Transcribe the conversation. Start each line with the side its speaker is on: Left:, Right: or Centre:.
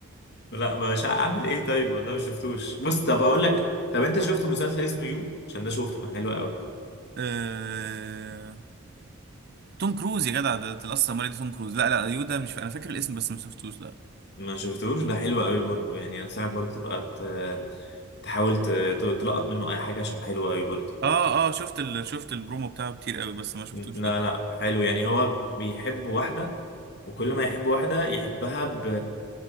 Left: لا مش هعمل ايه طيب والله ما شفتوش مم. بص طب اقول لك طب انت شفت مسلسل اسمه يو عشان ده شفته كان حلو قوي
Right: آه... توم كروز يا جدع ده ده لاست ساموراي ده توم كروز لا لا يودا مش انا فاكر الاسم بس ما شفتوش لا
Left: ما شفتوش ده حلو قوي برضو يعني انصحك برضو تبقى ت- تحاول ت- ت- تلقط منه اي حاجه عشان حلو قوي برضو
Right: اه اه شفت ال... شفت البرومو بتاعه كتير قوي بس ما شفتوش
Left: لا
Right: لا
Left: لا حلو يعني هو بيحب واحده وكل
Right: اه
Left: ما يحب واحده يحبها ب...